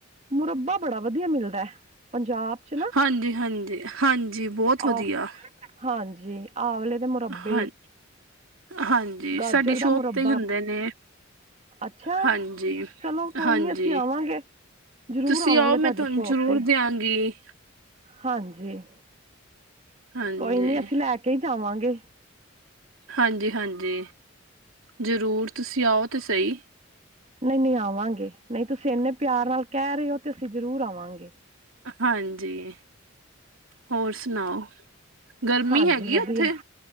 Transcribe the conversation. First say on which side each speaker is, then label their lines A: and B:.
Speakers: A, on the right (about 35°); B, on the right (about 80°).
A: ਮੁਰੱਬਾ ਬੜਾ ਵਧੀਆ ਮਿਲਦਾ ਐ ਪੰਜਾ ਬ ਚ ਨਾ
B: ਹਾਂਜੀ ਹਾਂਜੀ ਹਾਂਜੀ ਬਹੁਤ ਵਧੀਆ
A: ਆ, ਹਾਂਜੀ ਆਵਲੇ ਦੇ ਮੁਰੱਬੇ।
B: ਹਾਂ ਹਾਂਜੀ
A: ਗਾਜਰ
B: ਸਾਡੀ
A: ਦਾ
B: ਸ਼ੋਪ
A: ਮੁਰੱਬਾ
B: ਤੇ ਈ ਹੁੰਦੇ ਨੇ।
A: ਅੱਛਾ,
B: ਹਾਂਜੀ
A: ਚਲੋ ਕੋਈ
B: ਹਾਂਜੀ
A: ਨੀ ਅਸੀਂ ਆਵਾਂਗੇ। ਜ਼ਰੂਰ
B: ਤੁਸੀਂ
A: ਆਵਾਂਗੇ
B: ਆਓ ਮੈਂ
A: ਤੁਹਾਡੀ
B: ਤੁਹਾਨੂੰ
A: ਸ਼ੋਪ
B: ਜ਼ਰੂਰ
A: ਤੇ,
B: ਦਿਆਂਗੀ
A: ਹਾਂਜੀ।
B: ਹਾਂਜੀ
A: ਕੋਈ ਨੀ ਅਸੀਂ ਲੈ ਕੇ ਈ ਜਾਵਾਂਗੇ।
B: ਹਾਂਜੀ-ਹਾਂਜੀ, ਜ਼ਰੂਰ ਤੁਸੀਂ ਆਓ ਤੇ ਸਹੀ।
A: ਨ‌ਈ-ਨ‌ਈ ਆਵਾਂਗੇ ਨ‌ਈ ਤੁਸੀਂ ਐਨੇ ਪਿਆਰ ਨਾਲ ਕਹਿ ਰਹੇ ਓ ਤੇ ਅਸੀਂ ਜ਼ਰੂਰ ਆਵਾਂਗੇ।
B: ਹਾਂਜੀ, ਹੋਰ ਸੁਣਾਓ ਗਰਮੀ
A: ਹਾਂਜੀ
B: ਹੈਗੀ
A: ਵਧੀਆ
B: ਉਥੇ?